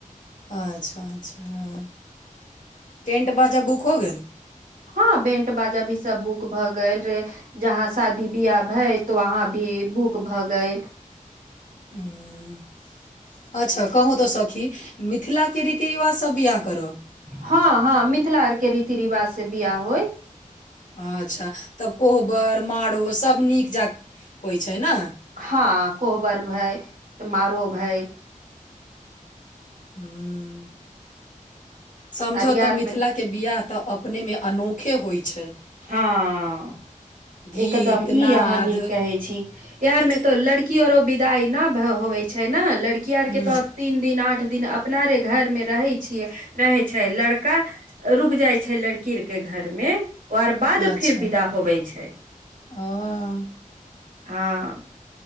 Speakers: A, on the left; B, on the right.
A: अच्छा अच्छा हँ टेंट बाजा बुक हो गेल
B: हँ बैंट बाजा भी सब बुक भ गेल रहे जहाँ शादी बियाह हय तो वहा भी बुक भगयल
A: ह अच्छा कहूँ तऽ सखी मिथिलाके रीति रिवाजसभ बिआह करब
B: हँ हँ मिथिला अर के रीति रिवाज से बिआाह होय
A: अच्छा तब कोहबर मारो सभ नीक जाक होय छै न
B: हँ कोहबर भैय मारो भैय
A: ह्म समझौ
B: अरियार
A: तऽ मिथिलाके
B: मे
A: बियाह तऽ अपने मे अनोखे होय छैय
B: हां
A: गीत
B: एकदम ई
A: नाद
B: अहाँ नीक
A: हूँ
B: कहे छी एहर में तो लड़कीयो अरो विद दाय नाव होवै छैय न लड़की आर
A: हूँ
B: के तऽ तीन दिन आठ दिन अपना रे घरमे रहै छियै रहै त छै लड़का रुक जाइ छै लड़की यर के घर मे ओ अर पद
A: अच्छा
B: फिर विदा होबै छै
A: ओ
B: हां